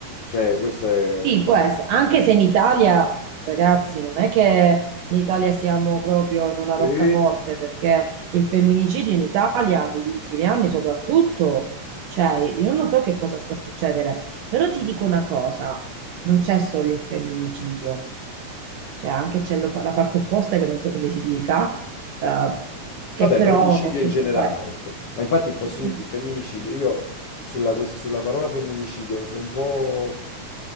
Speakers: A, on the left; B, on the right.
A: Cioè, questo è un
B: Sì,
A: fatto.
B: può essere, anche se in Italia, ragazzi, non è che in Italia siamo proprio in una
A: Sì.
B: roccaforte, perché il femminicidio in Italia, negli ultimi anni soprattutto, cioè, io non so che cosa sta succedendo, però ti dico una cosa, non c'è solo il femminicidio, cioè anche c'è lo- la parte opposta che non so come si dica, eh, che
A: Vabbè,
B: però
A: l'omicidio
B: molto
A: in generale,
B: spesso...
A: ecco. Ma infatti posso
B: Sì.
A: dirti, il femminicidio, io sulla, quest- sulla parola femminicidio sono un po'...